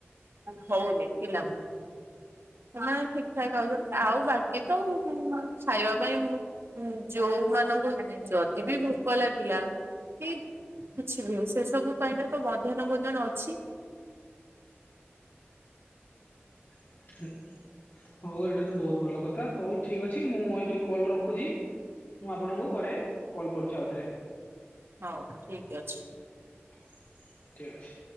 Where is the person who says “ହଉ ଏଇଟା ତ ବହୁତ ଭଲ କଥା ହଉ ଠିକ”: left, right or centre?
Left